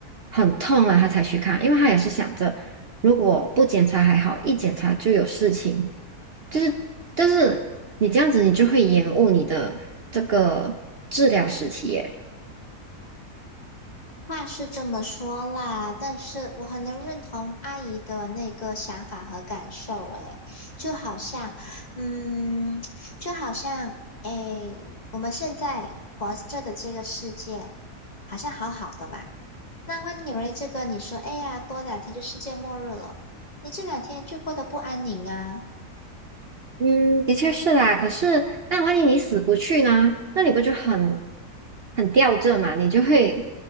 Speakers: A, on the right; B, on the left.
A: 很痛了，她才去看，因为她也是想着如果不检查还好，一检查就有事情，就是但是你这样子你就会延误你的这个治疗时期耶。
B: 话是这么说啦，但是我很能认同阿姨的那个想法和感受，诶，就好像，嗯，就好像，诶，我们现在活着的这个世界好像好好的吧？那万一有了这个，你说，哎呀，多两天就世界末日了，你这两天就过得不安宁啊，
A: 嗯，的确是啦。可是，那万一你死不去呢？那你不就很很吊着嘛？你就会